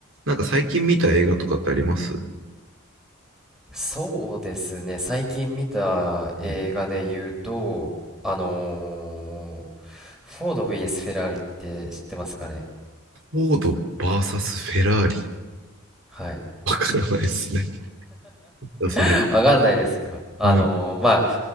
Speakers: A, on the right (about 65°); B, in the centre.
A: なんか最近見た映画とかってありますう
B: そうですね。最近見た映画で言うと、
A: ん
B: あのーフォード VS フェラーリって知ってますかね
A: フォード VS フェラーリ。
B: はい。
A: <laughs> わからないですね。<laughs> それ。
B: <laughs> わかんないですかあのーまあ、
A: はい。